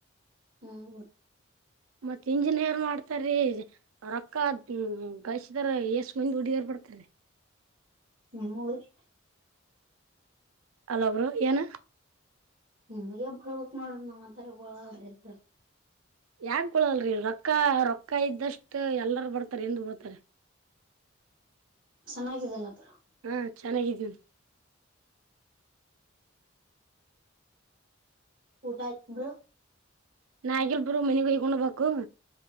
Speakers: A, on the right; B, on the right.
A: ಹ್ಮ
B: ಮತ್ತ್ ಇಂಜಿನಿಯರ್ ಮಾಡ್ತಾರೀ ರೊಕ್ಕ ಗಳಸಿದಾರ ಎಸ ಮಂದಿ ಹುಡುಗಿಯಾರ <unintelligible>
A: ನಿಮ್ಮ ರಿ
B: ಅಲಾ ಬ್ರು ಏನ
A: ನಿಮಗೆ ಬಳ್ಗಕ್ ನೋಡ್ರಿ ನಾವ್ ಒಂತರ ಬಳಗಲ್ರರಿ ಇಬ್ರು
B: ಯಾಕ ಕೊಳಲರಿ ರೊಕ್ಕ ರೊಕ್ಕ ಇದ್ದಷ್ಟು ಎಲ್ಲಾರ ಬರ್ತಾರೆ ಎಂದ ಬರ್ತಾರೆ
A: ಚೆನ್ನಾಗಿದಿಲ್ಲ ಬ್ರೋ
B: ಹಾ ಚೆನ್ನಾಗಿದೀವಿ
A: ಊಟಾಯತ್ ಬ್ರೋ
B: ಇನ್ ಆಗಿಲ್ಲ ಬ್ರು ಮನೆಗಿ ಹೋಗಿ ಉಣಬೇಕು